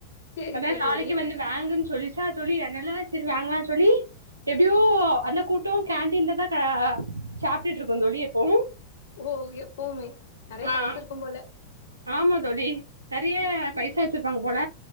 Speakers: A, on the left; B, on the right.
A: சேரிக்கு
B: அதா நாளைக்கு
A: தோழி
B: வந்து வேங்குன்னு சொல்லிச்சா தோழி அதனால சரி வாங்கலா சொல்லி எப்டியோ அந்த கூட்டோ கேண்டீன்லதா ஆ சாப்ட்டுட்டு இருக்குந்தோழி எப்பவு
A: ஓ எப்புமே நெறய
B: ஆ
A: காசு இருக்கும் போல
B: ஆமா தோழி நெறையா பைசா வெச்சிருப்பாங்க போல